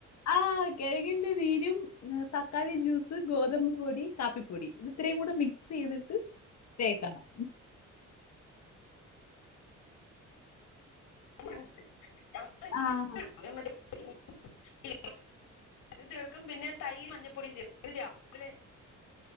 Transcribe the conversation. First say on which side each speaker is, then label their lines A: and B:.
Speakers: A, on the left (about 60°); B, on the left (about 85°).
A: ആ കിഴങ്ങിന്റെ നീരും തക്കാളി ജ്യൂസ് ഗോതമ്പ് പൊടി കാപ്പിപ്പൊടി പൊടി ഇത്രയും കൂടെ മിക്സ് ചെയ്തിട്ട് തേക്കണം
B: <unintelligible>
A: ആഹ് ഹ്
B: ഞാൻ മറ്റേ ഇത് എടുക്കും പിന്നെ തൈര് മഞ്ഞപ്പൊടിയും ചേർക്കും രാവിലെ